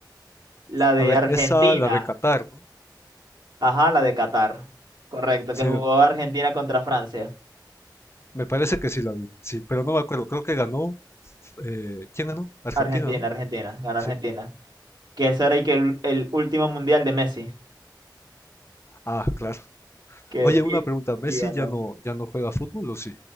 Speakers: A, on the right (about 70°); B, on the left (about 35°).
A: La de
B: A ver,
A: Argentina.
B: esa la de Qatar, ¿no?
A: Ajá, la de Qatar. Correcto,
B: Sí,
A: que jugó
B: me,
A: Argentina contra Francia.
B: me parece que sí la vi, sí, pero no me acuerdo, creo que ganó, eh, ¿quién ganó? Argentina,
A: Argentina,
B: ¿no?
A: Argentina, ganó
B: Sí.
A: Argentina. Que ese era y que el, el último mundial de Messi.
B: Ah, claro.
A: Que,
B: Oye,
A: y,
B: una pregunta, ¿Messi
A: y ganó.
B: ya no, ya no juega fútbol o sí?